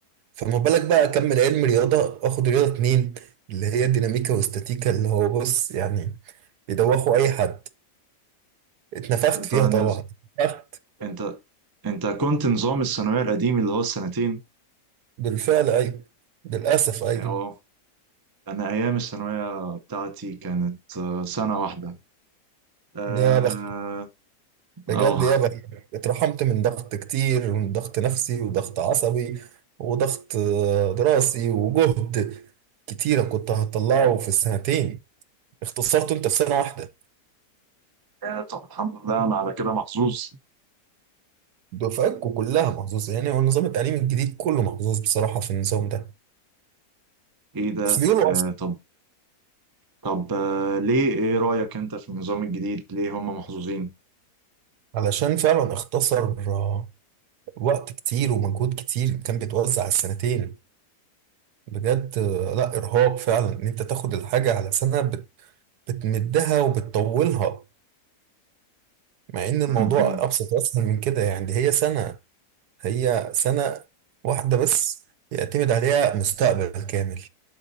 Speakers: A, on the right (about 75°); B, on the right (about 25°).
A: فما بالك بقى اكمل علم رياضه واخد رياضه اتنين اللي هي ديناميكا واستاتيكا اللي هو بص يعني بيدوخوا اي حد اتنفخت
B: انت
A: فيها
B: نز...
A: طبعا اتنفخت
B: انت انت كنت نظام الثانوية القديم اللي هو السنتين
A: بالفعل ايوه للاسف ايوه
B: اه انا ايام الثانوية بتاعتي كانت آه، سنة واحدة اه
A: يا بخت بجد
B: آه.
A: يا بخت اترحمت من ضغط كتير من ضغط نفسي وضغط عصبي وضغط آه، دراسي وجهد كتيرة كنت هطلعه في السنتين اختصرته انت في سنة واحدة
B: <laughs> آه، طب الحمد لله انا على كده محظوظ
A: دفعتكم كلها محظوظة يعني هو النظام التعليمي الجديد كله محظوظ بصراحة في النظام ده
B: ايه ده
A: بس بيقولوا
B: آه، طب طب آه، ليه ايه رأيك انت في النظام الجديد ليه هم محظوظين
A: علشان فعلا اختصر آه، وقت كتير ومجهود كتير كان بيتوزع على السنتين بجد آه، لا إرهاق فعلا إن أنت تاخد الحاجة على سنة بت- بتمدها وبتطولها مع إن الموضوع
B: م-م.
A: أبسط وأسهل من كده يعني دي هي سنة هي سنة واحدة بس يعتمد عليها مستقبل كامل